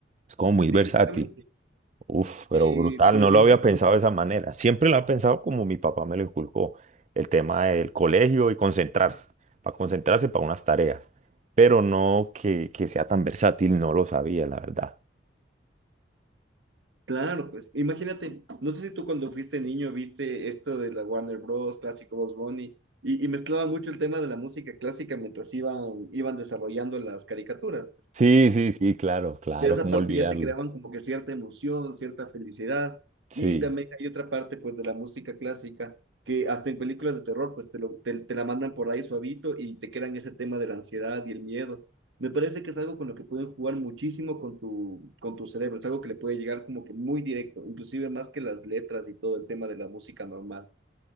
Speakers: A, on the right (about 40°); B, on the right (about 80°).
A: Es como muy
B: Sí,
A: versátil.
B: justamente.
A: Uf, pero
B: Eh,
A: brutal,
B: por
A: no
B: ejemplo,
A: lo había pensado
B: bueno,
A: de esa manera. Siempre lo había pensado como mi papá me lo inculcó, el tema del colegio y concentrarse, para concentrarse para unas tareas, pero no que, que sea tan versátil, no lo sabía, la verdad.
B: claro, pues imagínate, no sé si tú cuando fuiste niño viste esto de la Warner Bros. clásico Box Bunny y, y mezclaba mucho el tema de la música clásica mientras iban, iban desarrollando las caricaturas. pues.
A: Sí, sí, sí, claro, claro,
B: ya esa
A: cómo
B: parte
A: olvidarlo.
B: ya te creaban como que cierta emoción, cierta felicidad.
A: Sí.
B: Y también hay otra parte pues de la música clásica que hasta en películas de terror pues te, lo, te, te la mandan por ahí suavito y te crean ese tema de la ansiedad y el miedo. Me parece que es algo con lo que pueden jugar muchísimo con tu, con tu cerebro, es algo que le puede llegar como que muy directo, inclusive más que las letras y todo el tema de la música normal.